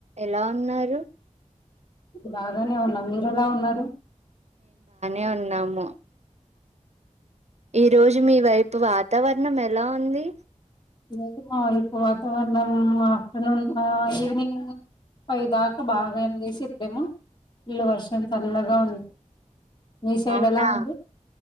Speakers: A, on the right; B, on the left.
A: ఎలా ఉన్నారు
B: బాగానే ఉన్నాము మీరు ఎలా ఉన్నారు
A: ఏ ఉన్నాము ఈ రోజు మీ వైపు వాతావరణం ఎలా ఉంది
B: లేదు మా వోల్లు ఉపవాసం వాతావరణం ఆఫ్టర్నూన్ ఈవినింగ్ పై దాకా బాగా అని చేసి డేమో ఇల్లు వర్షం చల్లగా ఉంది మీ సైడ్
A: అవునా
B: ఎలా ఉంది